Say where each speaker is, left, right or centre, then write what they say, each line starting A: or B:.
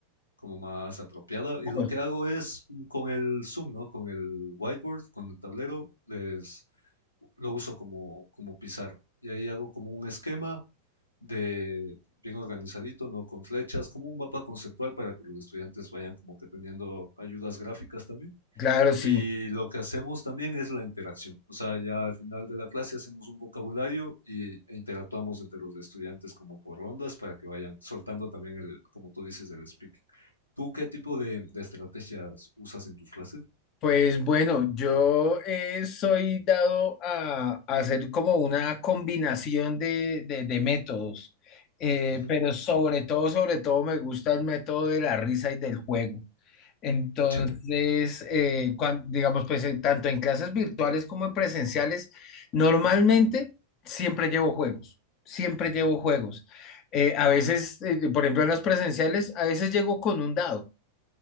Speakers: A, on the left; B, on the left.
A: como más apropiada. Y
B: Bueno,
A: lo que hago es mm, con el Zoom, ¿no? Con el whiteboard, con el tablero, les, lo uso como, como pizarra. Y ahí hago como un esquema de bien organizadito, ¿no? Con flechas, como un mapa conceptual para que los estudiantes vayan como que teniendo ayudas gráficas también.
B: Claro, sí.
A: Y lo que hacemos también es la interacción. O sea, ya al final de la clase hacemos un vocabulario y, e interactuamos entre los estudiantes como por rondas para que vayan soltando también el, como tú dices, el speaking. ¿Tú qué tipo de, de estrategias usas en tus clases?
B: Pues bueno, yo eh, soy dado a, a hacer como una combinación de, de- de métodos, Eh,
A: Ujú,
B: pero sobre todo, sobre todo me gusta el método de la risa y del juego. Entonces,
A: Chévere.
B: eh, cuan- digamos, pues eh, tanto en clases virtuales como en presenciales, normalmente siempre llevo juegos, siempre llevo juegos. Eh, a veces, eh, por ejemplo, en las presenciales, a veces llego con un dado